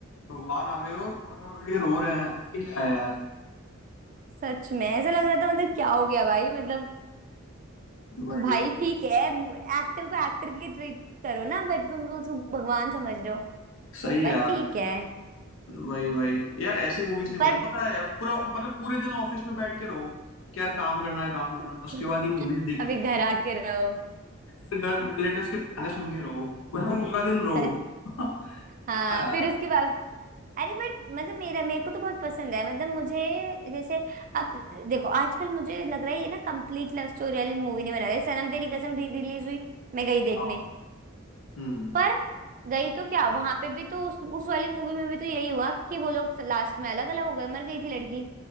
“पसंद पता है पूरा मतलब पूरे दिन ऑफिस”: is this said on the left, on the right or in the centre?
Left